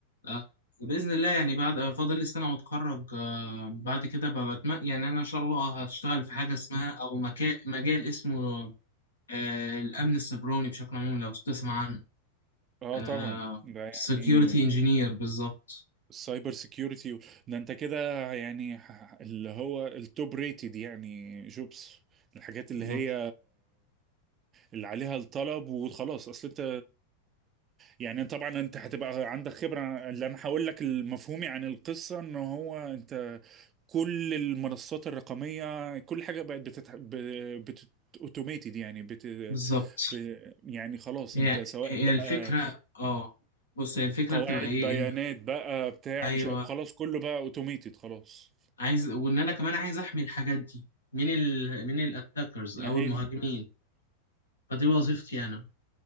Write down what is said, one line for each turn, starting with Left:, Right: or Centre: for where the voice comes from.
Left: آه، بإذن الله يعني بعد آه، فاضل لي سنة وأتخرج آه، بعد كده بتم... يعني أنا إن شاء الله هشتغل في حاجة اسمها أو مكا... مجال اسمه آه، الأمن السيبراني بشكل عام لو تسمع عنه
Right: اه
Left: آه،
Right: طبعا ده
Left: security
Right: يعني
Left: engineer بالظبط
Right: السايبر سيكيورتي ده انت كده يعني ح- اللي هو التوب ريتد يعني جوبس الحاجات
Left: بالظبط
Right: اللي هي اللي عليها الطلب وخلاص اصل انت يعني طبعا انت هتبقى عندك خبرة اللي انا هقول لك المفهومي عن القصة ان هو انت كل المنصات الرقمية كل حاجة بقت بتت... ب... بت... اوتوميتد يعني بت...
Left: بالظبط
Right: ب... يعني خلاص
Left: هي
Right: انت سواء
Left: هي
Right: بقى
Left: الفكرة اه بص هي الفكرة
Right: قواعد
Left: بتبقى إيه
Right: بيانات
Left: إن
Right: بقى بتاع
Left: أيوه
Right: مش عارف- خلاص كله بقى اوتوميتد خلاص
Left: عايز وإن أنا كمان عايز أحمي الحاجات دي من ال من الأتاكرز
Right: يعني
Left: أو
Right: هي
Left: المهاجمين
Right: دي
Left: فدي وظيفتي أنا